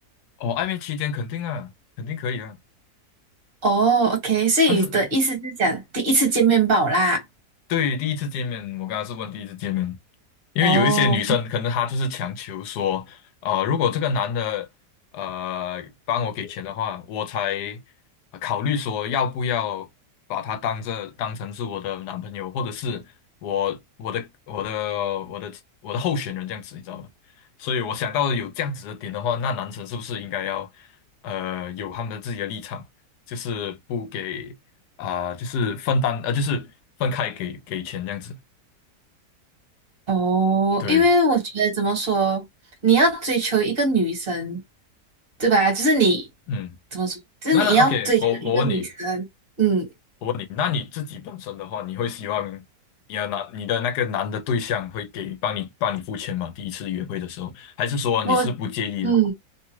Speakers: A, on the left (about 75°); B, on the right (about 35°).
A: 哦，暧昧期间肯定啊，肯定可以啊。
B: 哦，OK，所以你的意思是讲第一次见面吧啦？
A: 但是。对，第一次见面，我刚刚是问第一次见面，因为有一些女生可能她就是强求说，
B: 哦
A: 啊，如果这个男的呃帮我给钱的话，我才呃考虑说要不要把他当这当成是我的男朋友，或者是我我的我的我的我的候选人这样子，你知道吗？所以我想到有这样子的点的话，那男生是不是应该要呃有他们的自己的立场，就是不给。啊、就是分担，呃，就是分开给给钱这样子。
B: 哦，
A: 对，
B: 因为我觉得怎么说，你要追求一个女生，对吧？就是你
A: 嗯，
B: 怎么说，就是你要追求一个女生。
A: 那 OK，我我问你，
B: 嗯，
A: 问你，那你自己本身的话，你会希望你要男你的那个男的对象会给帮你帮你付钱吗？第一次约会的时候，还是说你是不介意的？
B: 我嗯，